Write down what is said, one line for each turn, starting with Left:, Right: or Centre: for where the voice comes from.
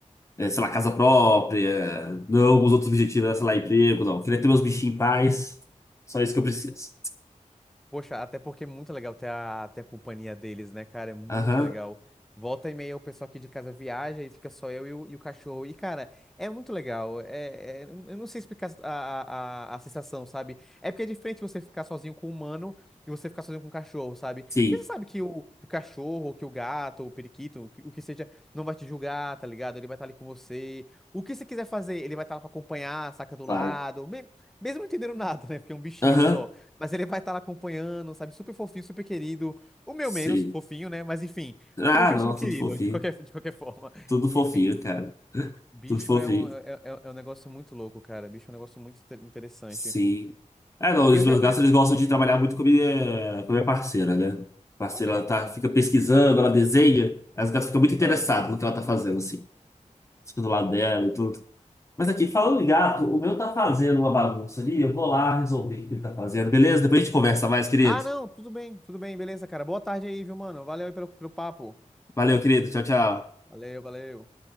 Left: é, sei lá, casa própria, não é alguns outros objetivos, é, sei lá, emprego, não. Eu Queria ter meus bichinhos em paz, só isso que eu preciso.
Centre: Poxa, até porque é muito legal ter a, ter a companhia deles, né, cara? É muito
Left: Aham,
Centre: legal. Volta e meia o pessoal aqui de casa viaja e fica só eu e o, e o cachorro. E, cara, é muito legal. É, é- eu não sei explicar a, a, a sensação, sabe? É porque é diferente você ficar sozinho com o humano e você ficar sozinho com o cachorro, sabe? Porque
Left: sim,
Centre: você sabe que o, que o cachorro, que o gato, o periquito, o que, o que seja, não vai te julgar, tá ligado? Ele vai estar ali com você. O que você quiser fazer, ele vai estar lá pra acompanhar, saca do lado.
Left: vai.
Centre: Me- Mesmo não entendendo nada, né? Porque é um bichinho
Left: Aham,
Centre: só. Mas ele vai estar lá acompanhando, sabe? Super fofinho, super querido. O meu
Left: sim.
Centre: menos fofinho, né? Mas enfim,
Left: Ah,
Centre: continua
Left: não,
Centre: sendo
Left: tudo
Centre: querido,
Left: fofinho.
Centre: de qualquer, de qualquer forma. <laughs>
Left: Tudo fofinho,
Centre: Enfim,
Left: cara.
Centre: bicho
Left: Tudo fofinho,
Centre: é um, é, é- é um negócio muito louco, cara. Bicho é um negócio muito inte- interessante.
Left: sim. Ah, não,
Centre: E
Left: os
Centre: eu já.
Left: meus gatos,
Centre: eu-
Left: eles gostam de trabalhar muito com a minha, com a minha parceira, né? A parceira,
Centre: Olha.
Left: ela tá,
Centre: Ah,
Left: fica pesquisando, ela desenha, as gatas ficam muito interessadas
Centre: ah.
Left: no que ela tá fazendo, assim. Fica do lado dela e tudo. Mas aqui, falando de gato, o meu tá fazendo uma bagunça ali. Eu vou lá resolver o que ele tá fazendo, beleza? Depois a gente conversa mais, querido.
Centre: Ah, não, tudo bem, tudo bem, beleza, cara. Boa tarde aí, viu, mano? Valeu aí pelo, pelo papo.
Left: Valeu, querido. Tchau, tchau.
Centre: Valeu, valeu.